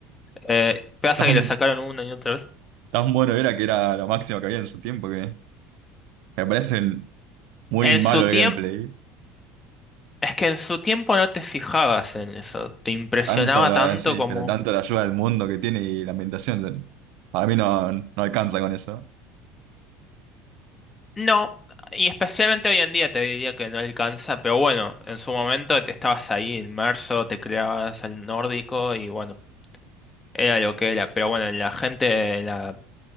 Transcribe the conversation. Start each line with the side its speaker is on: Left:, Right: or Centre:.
Left: Eh, pasa
Right: Tan,
Left: que lo sacaron una y otra vez.
Right: tan bueno era que era lo máximo que había en su tiempo que me parece muy
Left: En
Right: malo
Left: su tiempo,
Right: el gameplay.
Left: es que en su tiempo no te fijabas en eso. Te impresionaba
Right: Tanto la,
Left: tanto
Right: sí,
Left: como...
Right: pero tanto la ayuda del mundo que tiene y la ambientación, para mí no, no alcanza con eso.
Left: No, y especialmente hoy en día te diría que no alcanza, pero bueno, en su momento te estabas ahí inmerso, te creabas el nórdico y bueno. Era lo que era, pero bueno, la gente la,